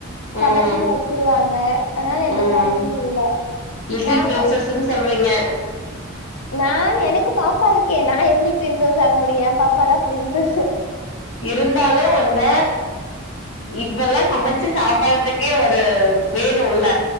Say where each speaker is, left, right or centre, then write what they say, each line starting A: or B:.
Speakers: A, on the left (about 80°); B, on the left (about 60°).
A: சமச்சு
B: ம்
A: வச்சிருவாங்க அதனால எந்த
B: ம்
A: ப்ராப்ளமு இல்ல
B: லிட்டில்
A: நாங்க
B: பிரின்சஸ்ன்னு சொல்றீங்க
A: நான் எனக்கு பாப்பா இருக்கே நா எப்படி பிரின்சஸ் ஆக முடியு யெ பாப்பா தா பிரின்சஸ்
B: இருந்தாலு வந்த இப்பல்லா சமைச்சு சாப்டுறதுக்கே ஒரு வேணு இல்ல